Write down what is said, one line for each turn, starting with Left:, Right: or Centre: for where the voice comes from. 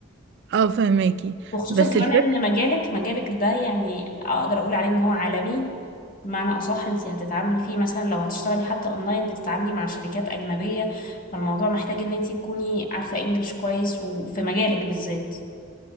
Right: اه فهماكي
Left: وخصوصا
Right: بس
Left: كمان
Right: الفكرة
Left: ان مجالك مجالك ده يعني اقدر اقول عليه ان هو عالمي بمعنى اصح انت هتتعاملي فيه مثلا لو هتشتغلي حتى اونلاين بتتعاملي مع شركات اجنبية فالموضوع محتاج ان انت تكوني عارفة انجليش كويس وفي مجالك بالذات